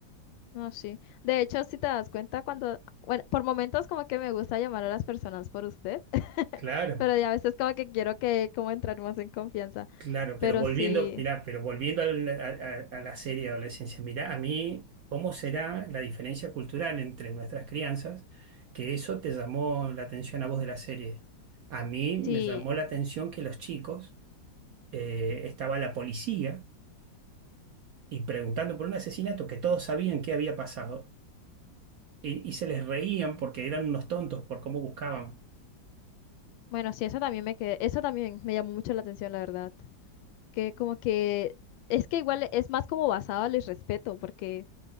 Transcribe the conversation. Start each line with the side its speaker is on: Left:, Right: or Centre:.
Left: No, sí. De hecho, si te das cuenta, cuando, bueno, por momentos como que me gusta llamar a las personas por usted, <laughs>
Right: Claro.
Left: pero ya a veces como que quiero que como entrar más en confianza.
Right: Claro, pero
Left: Pero
Right: volviendo,
Left: sí,
Right: mirá, pero volviendo al- a, a- a la serie de adolescencia, mirá, a mí, ¿cómo será la diferencia cultural entre nuestras crianzas? Que eso te llamó la atención a vos de la serie. A mí me
Left: sí,
Right: llamó la atención que los chicos, eh, estaba la policía y preguntando por un asesinato que todos sabían que había pasado y, y se les reían porque eran unos tontos por cómo buscaban.
Left: bueno, sí, eso también me que, eso también me llamó mucho la atención, la verdad. Que como que, es que igual es más como basado al irrespeto, porque